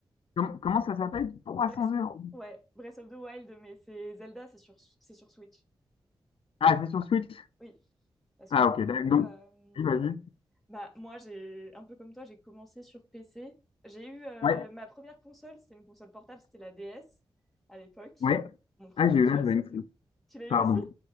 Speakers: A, on the left; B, in the centre.
A: Com- comment ça s'appelle? 300
B: Breath...
A: heures.
B: Ouais, Breath of the Wild, mais c'est Zelda, c'est sur, c'est sur Switch.
A: Ah, c'est sur Switch?
B: Oui, parce
A: Ah
B: que du
A: ok, d'accord.
B: coup,
A: Donc,
B: euh,
A: oui, vas-y.
B: bah, moi, j'ai un peu comme toi, j'ai commencé sur PC. J'ai eu euh,
A: Ouais,
B: ma première console, c'était une console portable, c'était la DS à l'époque.
A: ouais.
B: Mon premier
A: Ah, j'ai eu
B: jeu,
A: l'Advance,
B: c'était... Tu l'as eu
A: pardon.
B: aussi?